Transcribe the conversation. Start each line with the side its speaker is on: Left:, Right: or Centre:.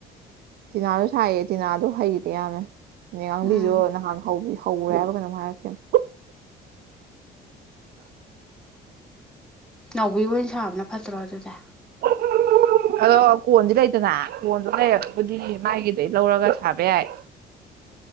Right: ꯇꯤꯅꯥꯁꯨ ꯁꯥꯏꯌꯦ ꯇꯤꯅꯥꯗꯣ ꯍꯩꯇ‌ꯦ ꯌꯥꯝꯅꯅꯦ ꯉꯥꯡꯕꯤꯁꯨ
Centre: ꯎꯝ
Right: ꯅꯍꯥꯟ ꯍꯧꯕꯤꯌꯨ ꯍꯧꯔꯦ ꯍꯥꯏꯕ꯭ꯔ ꯀꯩꯅꯣꯝ ꯍꯥꯏꯔꯛꯈꯤꯝꯅ‌ꯦ
Centre: ꯅꯥꯎꯕꯤ ꯑꯣꯏꯅ ꯁꯥꯕꯅ ꯐꯠꯇ꯭ꯔꯣ ꯑꯗꯨꯗꯤ
Right: ꯍꯧꯍꯧꯍꯧꯍꯍꯧꯍꯍꯧ ꯑꯗꯣ ꯀꯣꯟꯗꯤ ꯂꯩꯇꯅ ꯀꯣꯟꯗꯣ ꯂꯩꯔꯒꯕꯨꯗꯤ ꯃꯥꯥꯏꯒꯤꯗꯩ ꯂꯧꯔꯒ ꯁꯥꯕ ꯌꯥꯏ